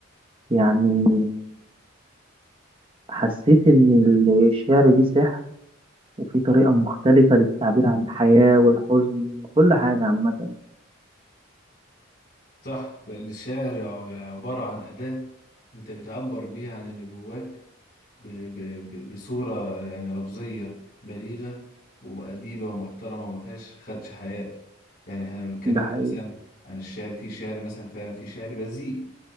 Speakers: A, on the right (about 25°); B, on the left (about 45°).
A: يعني حسيت إن الشعر ليه سحر وفي طريقة مختلفة للتعبير عن الحياة والحزن وكل حاجة عامة
B: صح فالشعر عبارة عن أداة أنت بتعبر بيها عن اللي جواك ب- ب- ب- بصورة يعني لفظية بليغة وأديبة ومحترمة وما فيهاش خدش حياء يعني احنا لو اتكلمنا
A: ده حقيقي
B: مثلا عن الشعر في شعر مثلا فعلا في شعر بذيء